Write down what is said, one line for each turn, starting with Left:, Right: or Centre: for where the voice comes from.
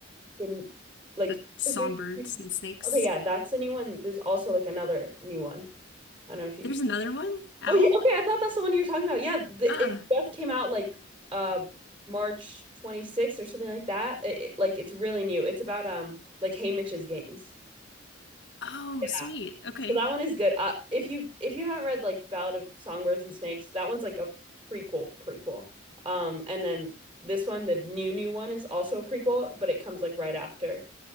Right: Didn't like
Left: The songbirds
Right: because there's two-
Left: and snakes.
Right: okay, yeah, that's the new one. There's also like another new one. I don't know if you
Left: There's another one out?
Right: Oh yeah, okay, I thought that's the one you were talking about. Yeah, the,
Left: Uh,
Right: it just came out like uh March 26th or something like that. It, it- like it's really new. It's about um like Haymitch's games.
Left: oh,
Right: Yeah.
Left: sweet. Okay.
Right: So that one is good. Uh, if you if you haven't read like Ballad of Songbirds and Snakes, that one's like a prequel prequel. Um, and then this one, the new new one, is also a prequel, but it comes like right after